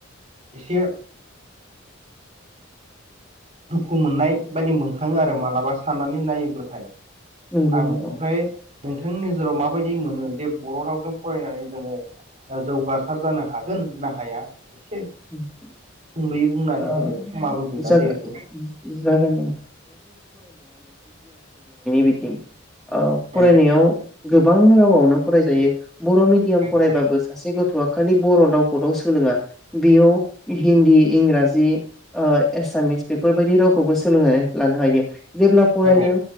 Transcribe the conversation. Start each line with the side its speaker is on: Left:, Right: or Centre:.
Right: एसे दुखु मोननाय बायदि मोनखाङो आरो मालाबा साननानै नायोब्लाथाय
Centre: नंगौ
Right: आङो
Centre: नोंथां।
Right: ओमफ्राय नोंथांनि नोजोराव माबायदि मोनो जे बर' रावजों फरायनानै जोङो जौगासार जानो हायो हागोन ना हाया एसे
Centre: <unintelligible> <unintelligible>
Right: सुंद'यै बुंनानै होदो समाबो गैला जिहेथु
Centre: जिरायनि बिथिं ओ फरायनायाव
Right: औ
Centre: गोबां रावावनो फरायजायो बर' मिडियाम
Right: नोंथां
Centre: फरायबाबो सासे गथ'आ खालि बर' रावखौल सोलोङा बेयाव हिन्दी इंराजि ओ एसामिस बेफोरबायदि रावखौबो सोलोंनानै लानो हायो जेब्ला फरायदों
Right: औ